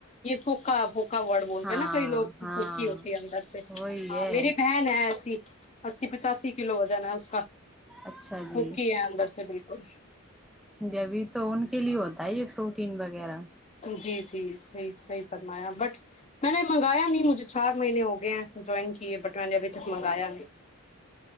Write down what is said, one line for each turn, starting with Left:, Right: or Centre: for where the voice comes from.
Left: ہوکاب پھکا وورڈ بولتے
Centre: ہاں
Left: ہیں نا کئی لوگ
Centre: ہاں
Left: پوکی ہوتی ہے اندر سے
Centre: وہی
Left: ہاں
Centre: ہے
Left: میری بہن ہے ایسی اسی پچاسی کلو ہو جانا ہے اس
Centre: اچھا جی
Left: مک ہی ہے اندر سے بالکل ا
Centre: جبھی تو ان کے لیے ہوتا ہی یہ پروٹین وغیرہ
Left: جی جی صحیح صحیح فرمایا بٹ میں نے منگایا نہیں مجھے چار مہینے ہوگئے گ جوائن کیے بٹ میں نے ابھی تک منگایا نہیں